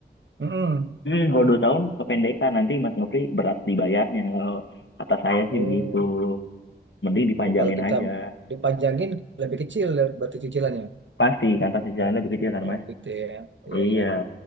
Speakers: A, on the right; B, on the left.
A: mm
B: Hmm, kalau dua tahun kependekan nanti Mas Nofri berat dibayarnya. Kalau kata saya sih
A: Oh,
B: begitu. Mending dipanjangin
A: oh, kalau
B: aja.
A: kita dipanjangin lebih kecil ya, berarti cicilannya.
B: Pasti kan pasti jalannya begitu ya kan
A: Oh,
B: Mas?
A: gitu ya. Iya,
B: Iya.
A: iya, iya.